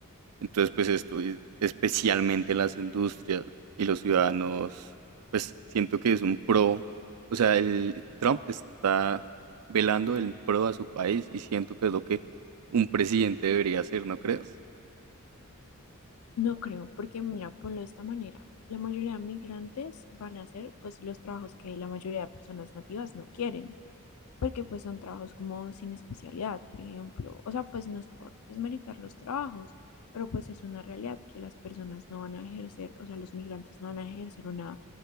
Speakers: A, on the right; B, on the left.
A: Entonces, pues esto, es- especialmente las industrias y los ciudadanos, pues siento que es un pro, o sea, el Trump está velando el pro a su país y siento que es lo que un presidente debería hacer, ¿no crees?
B: No creo, porque mira, ponlo de esta manera. La mayoría de migrantes van a hacer pues los trabajos que la mayoría de personas nativas no quieren. porque pues son trabajos como sin especialidad, por ejemplo. O sea, pues no es por desmeritar los trabajos, pero pues es una realidad que las personas no van a ejercer, o sea, los migrantes no van a ejercer una,